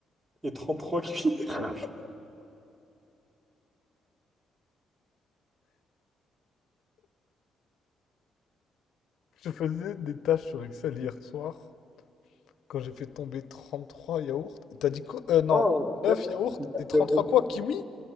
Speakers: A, on the right; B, on the left.
A: et trente trois cuillères. <laughs>
B: Je faisais des tâches sur Excel hier soir quand j'ai fait tomber 33 yaourts. Et T'as dit quoi? Euh, non,
A: Oh,
B: Neuf
A: neuf
B: yaourts et 33
A: yaourts.
B: quoi? Kiwi?